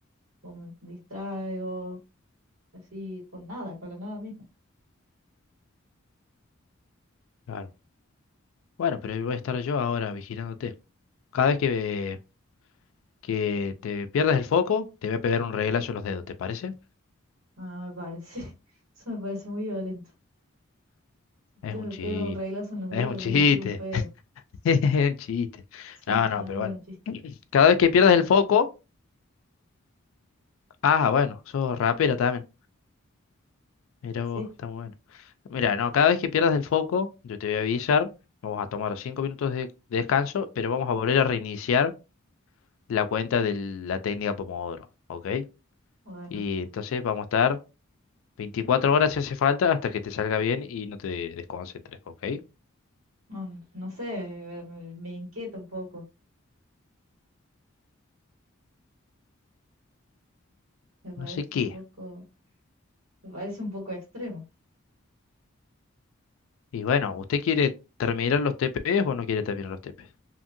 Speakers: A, on the right; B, on the left.
A: o me distraigo, así con nada, con la nada misma.
B: claro. Bueno, pero ahí voy a estar yo ahora vigilándote. Cada vez que, que te pierdas el foco, te voy a pegar un reglazo en los dedos, ¿te parece?
A: Ah, me parece, <laughs> eso me parece muy violento. Si usted
B: Es un
A: me
B: chiste.
A: pega un reglazo en los
B: Es
A: dedos,
B: un chiste.
A: yo me tiro un pedo.
B: <laughs> Es un chiste.
A: Sí,
B: No,
A: yo
B: no,
A: también
B: pero bueno.
A: era un chiste.
B: Cada vez que pierdas el foco. Ah, bueno, sos rapera también. Mira
A: Sí,
B: vos, está muy bueno. Mira, no, cada vez que pierdas el foco, yo te voy a avisar. Vamos a tomar cinco minutos de, de descanso, pero vamos a volver a reiniciar la cuenta de la técnica Pomodoro, ¿ok?
A: bueno,
B: Y entonces vamos a estar 24 horas si hace falta hasta que te salga bien y no te desconcentres, ¿ok?
A: no, no sé, me, me inquieta un poco, me parece
B: No sé qué.
A: un poco, me parece un poco extremo.
B: Y bueno, ¿usted quiere terminar los TPs o no quiere terminar los TPs?